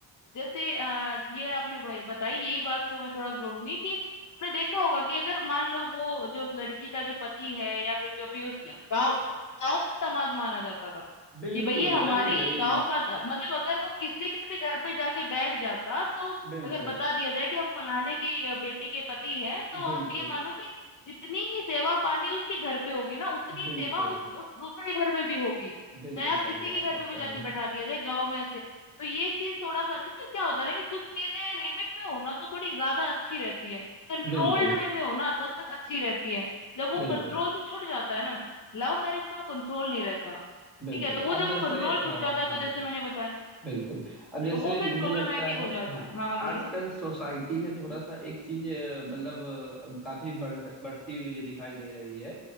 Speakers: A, on the left; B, in the centre.
A: जैसे अ, ये आपने भाई बताई यही बात तो मैं थोड़ा जोड़ूंगी कि आपने देखा होगा कि अगर मान लो वो जो लड़की का जो पति है या फिर जो भी उस गांव उस गांव का दामाद माना जाता था
B: बिल्कुल
A: कि भाई ये हमारे
B: वही
A: ही
B: वही
A: गांव का दा- मतलब अगर वो किसी के भी घर पे जाके बैठ जाता तो
B: बिल्कुल
A: अगर बता दिया जाए कि हम फलाने की अ, बेटी के पति है तो
B: बिल्कुल
A: आप ये मानो कि जितनी ही सेवा पानी उसके घर पे होगी ना उतनी ही
B: बिल्कुल
A: सेवा उस उस दूसरे घर में भी होगी
B: बिल्कुल
A: चाहे आप
B: सही
A: किसी
B: बात
A: के घर पे
B: आप
A: भी
B: कह
A: जाके
B: रहे हैं
A: बैठा दिया जाए गांव में ऐसे तो ये चीज थोड़ा सा क्योंकि क्या होता है ना कि कुछ चीजें लिमिट में हो ना तो थोड़ी ज्यादा अच्छी रहती है कंट्रोल्ड
B: बिल्कुल
A: वे में हो ना तो तब तक अच्छी रहती है जब वो
B: बिल्कुल
A: कंट्रोल से छूट जाता है ना लव मैरिज में वो कंट्रोल नहीं रहता
B: बिल्कुल
A: ठीक है तो वो
B: अब
A: जब
B: जैसे
A: वो कंट्रोल
B: अ,
A: छूट जाता है तो
B: हाँ
A: जैसे मैंने बताया
B: बिल्कुल अब जैसे
A: तो वो फिर
B: मुझे
A: प्रॉब्लमेटिक
B: लगता
A: हो
B: है
A: जाता
B: हाँ
A: है हाँ हाँ
B: आजकल
A: बोलिए
B: सोसाइटी में थोड़ा सा एक चीज अ, मतलब अ, काफी बढ़ बढ़ती हुई मुझे दिखाई दे रही है